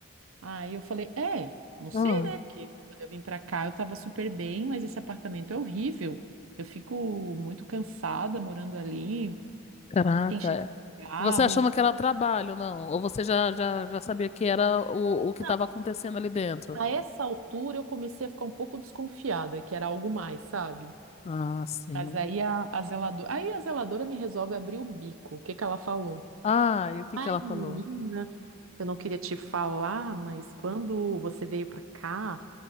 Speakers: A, on the right (about 75°); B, on the left (about 30°).
A: Aí eu falei, é, não sei,
B: ah.
A: né? Porque quando eu vim pra cá eu tava super bem, mas esse apartamento é horrível. Eu fico muito cansada morando ali,
B: Caraca.
A: tem cheiro de cigarro.
B: Você achando que era trabalho, não? Ou você já, já, já sabia que era o, o que
A: Não,
B: estava acontecendo ali dentro?
A: a essa altura eu comecei a ficar um pouco desconfiada, que era algo mais, sabe?
B: Ah, sim.
A: Mas aí a, a zeladora, aí a zeladora me resolve abrir o bico. O que que ela falou?
B: Ah, e o que
A: Ai,
B: que ela
A: menina,
B: falou?
A: eu não queria te falar, mas quando você veio pra cá